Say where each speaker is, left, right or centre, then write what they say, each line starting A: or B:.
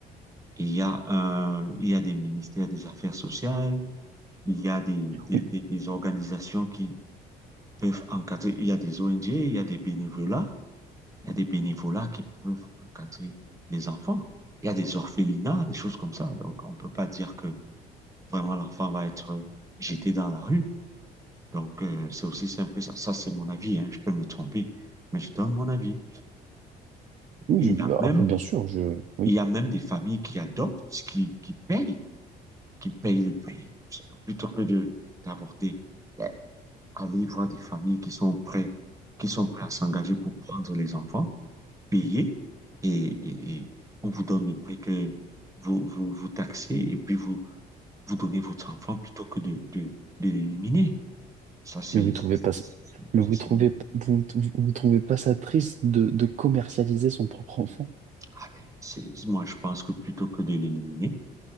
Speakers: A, on the right (about 20°); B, on the right (about 45°).
A: Il y a un, il y a des ministères des Affaires sociales, il y a des, des,
B: Oui,
A: des- des organisations qui peuvent encadrer, il y a des ONG, il y a des bénévolats, il y a des bénévolats qui peuvent encadrer les enfants. Il y a des orphelinats, des choses comme ça. Donc, on ne peut pas dire que vraiment l'enfant va être jeté dans la rue. Donc, euh, c'est aussi simple que ça. Ça, c'est mon avis, hein. Je peux me tromper, mais je donne mon avis.
B: oui,
A: Il
B: je-
A: y
B: bah,
A: a même,
B: après, bien sûr, je, oui,
A: il y a même des familles qui adoptent, qui, qui payent qui paye le prix, plutôt que de d'avorter. Ben, Allez voir des familles qui sont prêtes, qui sont prêts à s'engager pour prendre les enfants, payer, et, et- et on vous donne le prix que vous, vous, vous taxez, et puis vous, vous donnez votre enfant plutôt que de, de, de l'éliminer. Ça, c'est...
B: mais vous
A: ça,
B: trouvez
A: c'est-
B: pas, ça- mais
A: ça,
B: vous
A: c'est-
B: trouvez, vous, vous vous trouvez pas ça triste de, de commercialiser son propre enfant?
A: Ah, c'est- Moi, je pense que plutôt que de l'éliminer,